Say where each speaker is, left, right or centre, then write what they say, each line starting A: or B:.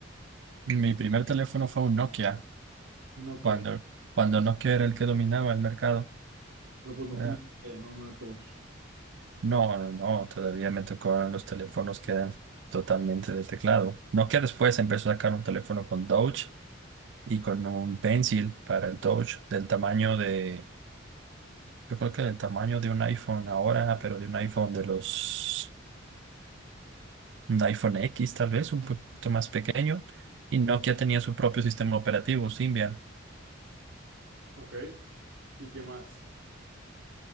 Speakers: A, on the right; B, on the right.
A: Mi primer teléfono fue un Nokia,
B: Un Nokia,
A: cuando, cuando Nokia era el que dominaba el mercado.
B: pero pues no
A: Ah,
B: tiene pantalla, ¿no? No era touch.
A: No, no, no, todavía me tocaron los teléfonos que eran totalmente de teclado. No que después empezó a sacar un teléfono con Touch y con un Pencil para el Touch del tamaño de, yo creo que del tamaño de un iPhone ahora, pero de un iPhone de los, un iPhone X tal vez, un poquito más pequeño. Y Nokia tenía su propio sistema operativo, Symbian.
B: Ok, ¿y qué más?